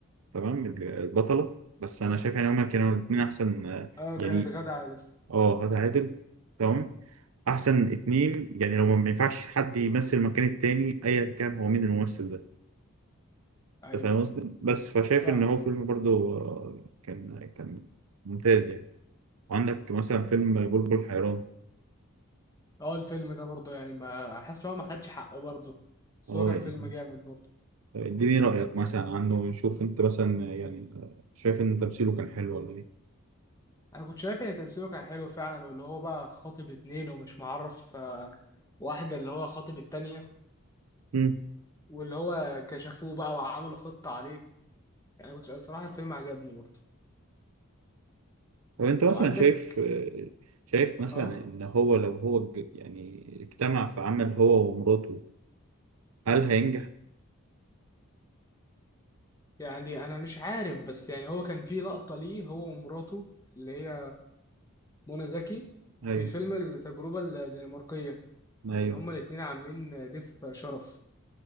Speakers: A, on the right; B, on the left.
A: تمام البطلة بس أنا شايف يعني هما كانوا الاتنين أحسن آه،
B: اه
A: يعني
B: كانت غادة عادل
A: أه غادة عادل تمام أحسن اتنين يعني لو ما ينفعش حد يمثل مكان التاني أيا كان هو مين الممثل ده
B: أيوه
A: أنت فاهم قصدي؟ بس فشايف
B: فاهمك
A: إن هو فيلم برضو آه، كان كان ممتاز يعني وعندك مثلا فيلم بلبل حيران
B: اه الفيلم ده برضه يعني ما حاسس ان هو ما خدش حقه برضه بس
A: أه
B: هو كان
A: يعني
B: فيلم جامد برضه
A: اديني رأيك مثلا عنه نشوف انت مثلا يعني شايف ان تمثيله كان حلو ولا ايه
B: انا كنت شايف ان تمثيله كان حلو فعلا واللي هو بقى خاطب اتنين ومش معرف آه، واحدة اللي هو خاطب التانية
A: مم.
B: واللي هو كشفوه بقى وعملوا خطة عليه يعني كنت الصراحة الفيلم عجبني برضه
A: طب انت مثلا
B: وعندك
A: شايف شايف مثلا
B: اه
A: ان هو لو هو ج- يعني اجتمع في عمل هو ومراته هل هينجح؟
B: يعني انا مش عارف بس يعني هو كان في لقطة ليه هو ومراته اللي هي منى زكي
A: ايوه
B: في فيلم التجربة الدنماركية
A: ايوه
B: كان هما الاتنين عاملين ضيف شرف